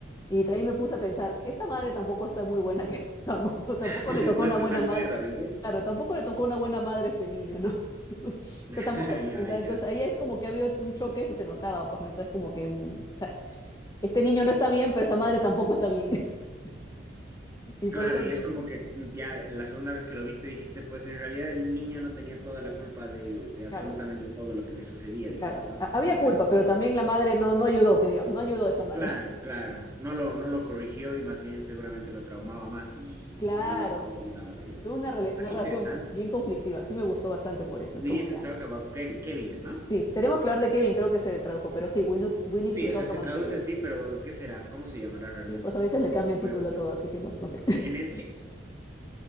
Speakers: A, on the left; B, on the right.
A: y también me puse a pensar, esta madre tampoco está muy buena, que <laughs> digamos, ¿no? Tampoco
B: <laughs>
A: le tocó
B: No
A: una
B: está
A: buena
B: tan
A: madre,
B: cuerda, dices.
A: claro, tampoco le tocó una buena madre a este niño, ¿no? <laughs> O
B: <laughs>
A: sea, tampoco,
B: Ya,
A: o sea,
B: ya.
A: entonces ahí es como que había un choque si se notaba, pues, ¿no? Entonces como que, mm, o sea, este niño no está bien, pero esta madre tampoco está bien, <laughs> y
B: Claro,
A: por eso,
B: y
A: mm,
B: es como que ya la segunda vez que lo viste dijiste, pues en realidad el niño no tenía toda la culpa de, de absolutamente
A: claro,
B: todo lo que le sucedía, digamos,
A: claro,
B: ¿no?
A: ha- había
B: Simplemente.
A: culpa, pero también la madre no, no ayudó, que digamos, no ayudó a esa madre,
B: Claro, claro. No lo, no lo corrigió y más bien seguramente lo traumaba más y
A: <laughs> claro,
B: no lo, no lo ayudaba, digamos.
A: tuvo una, rela- una
B: Ah, qué
A: relación
B: interesante.
A: bien conflictiva, sí me gustó bastante por eso,
B: We
A: es como
B: need
A: que,
B: to talk about Kevi- Kevines, ¿no?
A: Sí, tenemos que hablar de Kevin, creo que se tradujo, pero sí, we need, we need
B: Sí,
A: to talk
B: o sea, se
A: about
B: traduce
A: Kevin.
B: así, pero ¿qué será? ¿Cómo se llamará realmente?
A: Sí, pues a veces le cambian
B: Lo
A: título
B: voy a buscar.
A: a todo, así que no, no sé.
B: Sí,
A: <laughs>
B: ¿En Netflix?